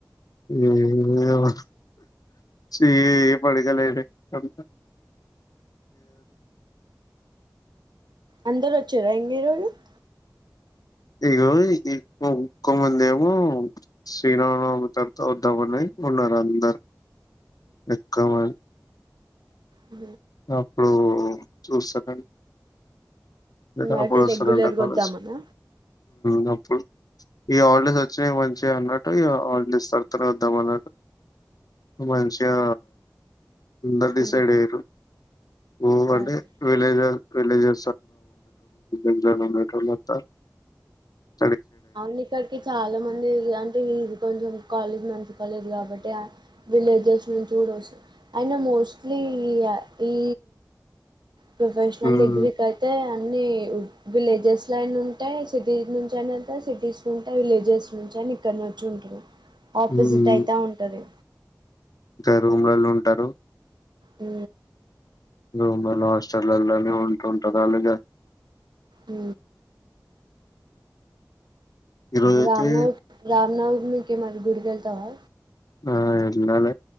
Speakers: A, on the left (about 60°); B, on the right (about 85°).
A: ఏం లే అబ్బా, చి పడుకో లేటైంది పడుకో.
B: అందరు వచ్చార ఇంగేరు. కుత్.
A: ఇగో ఇంకో ఇంకో మంది ఏమో శ్రీరామనవమి తర్వాత వద్దామని ఉన్నారు అందర్. ఎక్కవ
B: ఉ
A: అప్పుడు చూస్తానండి
B: అంటే
A: అపడుస్తుర
B: రెగ్యులర్గా
A: కాలజ
B: వద్దామనా
A: డు ఈ ఆాలడేస్ వచ్చినాయి మంచిగా అన్నట్టు ఈ ఆాలడేస్ తర్తనే వద్దాం అన్నట్టు మంచిగా అందరూ డిసైడ్
B: ఉమ్,
A: అయ్యారు ఓ
B: అవును
A: అంటే విలేజ్ వి ెట్రోజ మెట్రోల్త <unintelligible>
B: అవును ఇక్కడికి చాలా మంది అంటే ఇది కొంచెం కాలేజ్ మంచి కాలేజ్ కాబట్టి విలేజెస్ నుంచి కూడా వస్తుంది అయిన మోస్ట్లీ ఈ ప్రొఫెషనల్
A: హ్మ్.
B: డిగ్రీ కైతే అయితే అన్ని విలేజెస్ లోన్న ఉంటాయి సిటీ నుంచి అనే సిటీస్ ఉంటా విలేజెస్ నుంచి అని ఇక్కడ ను వచ్చి ఉంటారు ఆపోజిట్
A: హ్మ్.
B: అయితా ఉంటది
A: ఇంకా రూమ్లలో ఉంటారు
B: ఊ
A: రూమ్లలో హాస్టల్లోనే ఉంటు ఉంటారు అలాగ
B: ఊ
A: ఈరోజైతే
B: రామ్న రామ్నవ మీకే మాది గుడికి వెళ్తావా
A: ఆ ఎలాాల